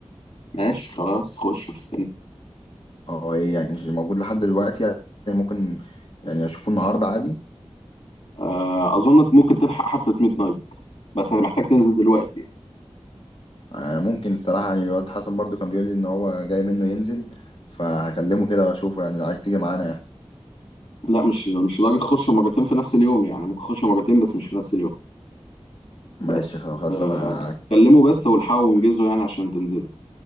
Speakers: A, on the left; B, on the left.
A: ماشي خلاص خش في السينما
B: هو ايه يعني مش موجود لحد دلوقتي يعني ممكن يعني اشوفه النهارده عادي
A: آه، اظن ممكن تلحق حفله ميد نايت بس محتاج تنزل دلوقتي
B: آه، ممكن الصراحة يعني الواد حسن برضو كان بيقول لي إن هو جاي منه ينزل فهكلمه كده وأشوفه يعني لو عايز تيجي معانا يعني.
A: لا مش مش لدرجة اخش مرتين في نفس اليوم يعني ممكن اخش مرتين بس مش في نفس اليوم بس
B: ماشي خلاص
A: آه
B: أنا
A: كلموا بس والحقوا وانجزوا يعني عشان تنزلوا